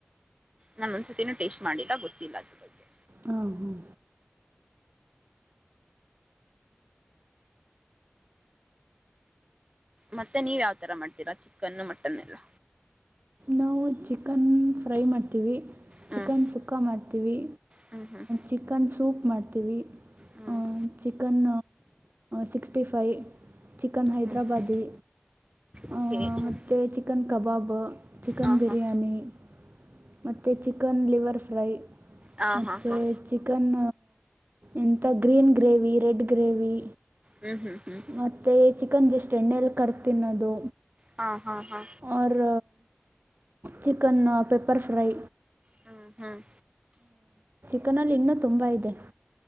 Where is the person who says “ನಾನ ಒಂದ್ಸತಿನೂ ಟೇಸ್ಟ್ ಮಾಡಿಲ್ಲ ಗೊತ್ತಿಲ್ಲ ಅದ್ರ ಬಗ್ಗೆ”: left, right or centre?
Right